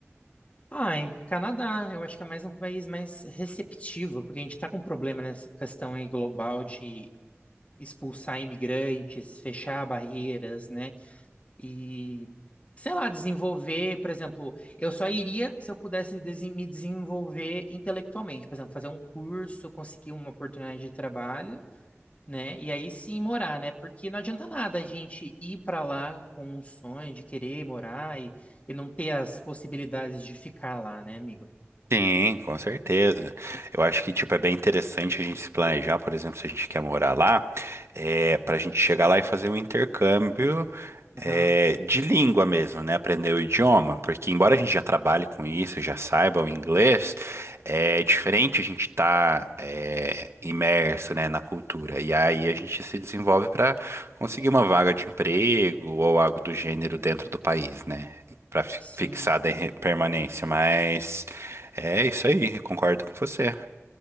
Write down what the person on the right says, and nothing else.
Sim, com certeza. Eu acho que, tipo, é bem interessante a gente se planejar, por exemplo, se a gente quer morar lá, é, para a gente chegar lá e fazer um intercâmbio,
é, de língua mesmo, né? Aprender o idioma, porque embora a gente já trabalhe com isso, já saiba o inglês, é diferente a gente estar, imerso, né, na cultura. E aí a gente se desenvolve para conseguir uma vaga de emprego ou algo do gênero dentro do país, né? Para
fixar a permanência, mas... É isso aí, eu concordo com você.